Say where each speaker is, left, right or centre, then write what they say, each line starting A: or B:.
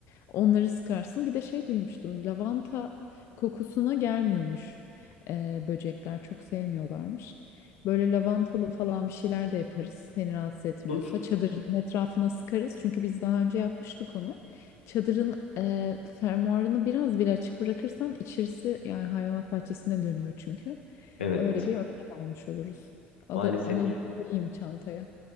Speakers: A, on the left; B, on the left.
A: Onları sıkarsın. Bir de şey duymuştum, lavanta kokusuna gelmiyormuş. Ee, böcekler çok sevmiyorlarmış. Böyle lavantalı falan bir şeyler de yaparız. Seni rahatsız etmiyorsa
B: Olur.
A: çadırın etrafına sıkarız. Çünkü biz daha önce yapmıştık onu. Çadırın e, fermuarını biraz bile açık bırakırsan içerisi yani hayvanat bahçesine dönüyor çünkü.
B: Evet.
A: Öyle bir önlem almış oluruz. Al,
B: Maalesef
A: onu ben koyayım çantaya.